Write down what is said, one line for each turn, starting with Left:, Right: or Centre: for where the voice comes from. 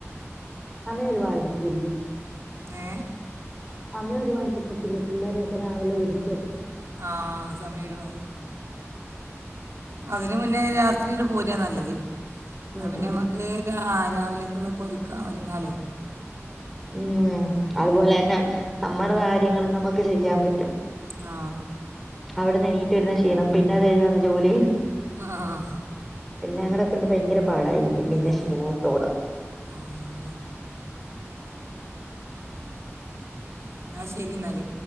Centre: സമയം ഒരുപാടെടുക്കൂലേ
Right: ങേ
Centre: സമയം ഒരുപാടെടുക്കത്തില്ലേ പിള്ളേരെയൊക്കെ രാവിലെ ഒരുക്ക
Right: ആ സമയം ഒരുപാട് അതിന് മുന്നേ രാത്രിയിങ്ങട് പോരുവാ നല്ലത് എന്നാൽ
Centre: അതാണ്.
Right: പിന്നെ നമുക്ക് രാ രാവിലേക്കുള്ളതൊക്കെ ഒരുക്കാ ഒരുങ്ങാലോ
Centre: ഉം അതുപോലെ തന്നെ നമ്മുടെ കാര്യങ്ങൾ നമുക്ക് ചെയ്യാൻ പറ്റും
Right: ആ
Centre: അവിടെന്നെണീറ്റ് വരുന്ന ക്ഷീണം പിന്നെ അത് കഴിഞ്ഞു വന്ന് ജോലി ചെയ്യ
Right: ആഹ്
Centre: എല്ലാം കൂടെ കൊണ്ട് ഭയങ്കര പാടായിരിക്കും പിന്നെ
Right: ആ
Centre: ക്ഷീണോത്തോടം
Right: ആ അത് തന്നെ എന്നാ ശരി ന്നാല്